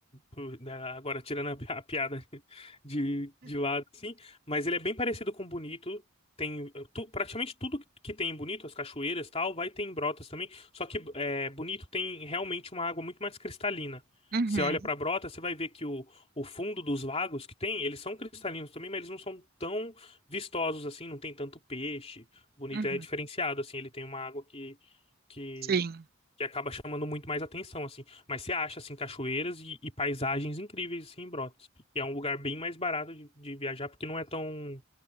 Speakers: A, on the left; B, on the right.
A: por- né, agora tirando a, pi- a piada <laughs> de, de lado, assim, mas ele é bem parecido com Bonito, tem eh, tu- praticamente tudo que tem em Bonito, as cachoeiras e tal, vai ter em Brotas também, só que é Bonito tem realmente uma água muito mais cristalina.
B: Uhum,
A: Você olha pra Brotas, você vai ver que o fundo dos lagos que tem, eles são cristalinos também, mas eles não são tão vistosos assim, não tem tanto peixe. Bonito
B: uhum.
A: é diferenciado assim, ele tem uma água que que,
B: Sim,
A: que acaba chamando muito mais atenção assim. Mas você acha assim cachoeiras e, e paisagens incríveis assim em Brotas. E é um lugar bem mais barato de, de viajar porque não é tão